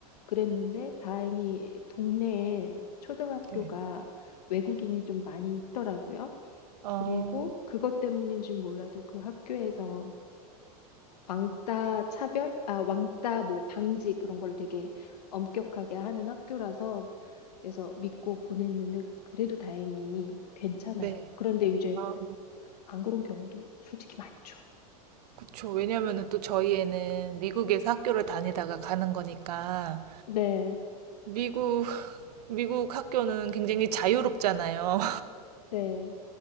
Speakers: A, on the left; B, on the right.
A: 그랬는데 다행히 동네에 초등학교가
B: 네.
A: 외국인이 좀 많이 있더라고요.
B: 어.
A: 그리고 그것 때문인지 몰라도 그 학교에서 왕따 차별, 아, 왕따 뭐 방지 그런 걸 되게 엄격하게 하는 학교라서 그래서 믿고 보냈는데 그래도 다행히 괜찮아요.
B: 네.
A: 그런데 이제
B: 아
A: 안 그런 경우도 솔직히 많죠.
B: 그쵸. 왜냐면은 또 저희에는 미국에서 학교를 다니다가 가는 거니까
A: 네,
B: 미국 미국 학교는 굉장히 자유롭잖아요.
A: 네,